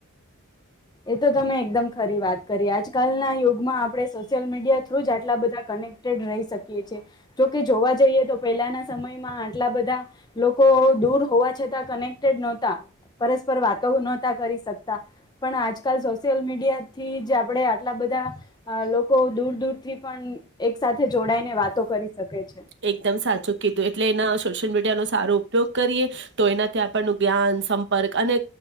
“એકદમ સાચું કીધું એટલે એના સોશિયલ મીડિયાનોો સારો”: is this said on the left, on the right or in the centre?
Right